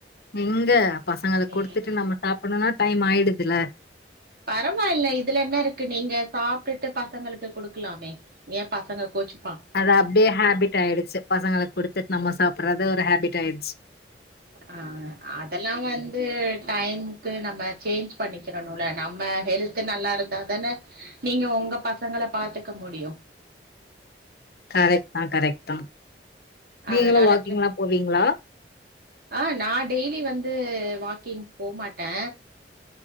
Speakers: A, on the left; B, on the right.
A: எங்க பசங்களை கொடுத்துட்டு
B: ம்
A: நம்ம சாப்பிடணும்னா டைம் ஆயிட இதுல
B: பரவாயில்ல இதுல என்ன இருக்கு நீங்க சாப்பிட்டுட்டு பசங்களுக்கு குடுக்கலாமே ஏன் பசங்க கோச்சு
A: அது அப்டியே ஹேபிட் ஆயிடுச்சு பசங்களுக் குடுத்துட்டு நம்ம சாப்பிடடுற து ஒரு ஹேபிட் ஆயடுச்சு
B: அஹ் அதெல்லா வந்து டைம்கு நம்ம சேஞ்ச் பண்ணிக்கிடணுல நம்ம ஹெல் நல்லா இருந்தா தானே நீங்க உங்க பசங்கள பாத்துக்க முடியு
A: கரெக்ட் தா கரெக்ட் தா நீங்களு
B: அதனால
A: வாக்கிங்லா போவீங்களா
B: ஆஹ் நா டெய்லி வந்து வாக்கிங் போ மாட்டே